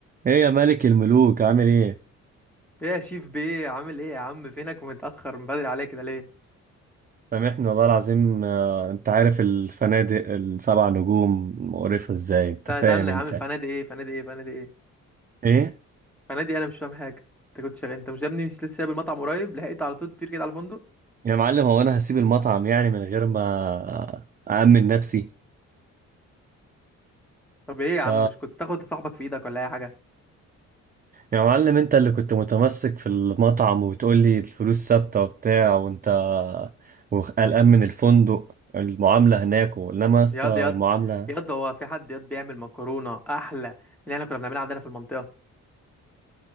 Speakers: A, on the right; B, in the centre.
A: ايه يا ملك الملوك عامل ايه؟
B: ايه يا شيف بيه عامل ايه يا عم فينك متأخر من بدري عليك كده ليه
A: سامحني والله العظيم آه، انت عارف الفنادق السبع نجوم مقرفة ازاي انت
B: لا
A: فاهم
B: سألنا
A: انت
B: يا عم فنادي ايه فنادي ايه فنادي ايه
A: ايه؟
B: فنادي انا مش فاهم حاجة انت كنت شغال انت مش يا ابني مش لسه سايب المطعم قريب لحقت على طول تطير كده على فندق
A: يا معلم هو انا هسيب المطعم يعني من غير ما أأمن نفسي
B: طب ايه يا
A: ف...
B: عم مش كنت تاخد صاحبك في ايدك ولا اي حاجة
A: يا معلم انت اللي كنت متمسك في المطعم وتقول لي الفلوس ثابتة وبتاع وانت وقلقان من الفندق المعاملة هناك انما يا اسطى
B: ياض ياض
A: المعاملة
B: ياض هو في حد ياض بيعمل مكرونة احلى من اللي احنا كنا بنعملها عندنا في المنطقة